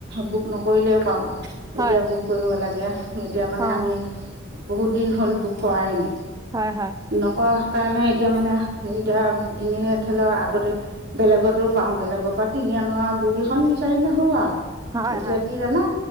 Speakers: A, on the right (about 55°); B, on the right (about 15°).
A: বুক নকৰিলেও পাওঁ।
B: হয়
A: এতিয়া বুক কৰিব লাগে এতিয়া মানে
B: অ
A: আমি বহুত দিন হ'ল বুক কৰাই নাই।
B: হয় - হয়।
A: নকৰা কাৰণে এতিয়া মানে হেৰী এতিয়া এনে ধৰি ল আগতে - বেলেগতো পাও বেলেগৰ পৰা কিনি আনো আও বহী খন বিচাৰি নাহো আৰু
B: হয়
A: এতিয়া
B: হয়
A: কি জানা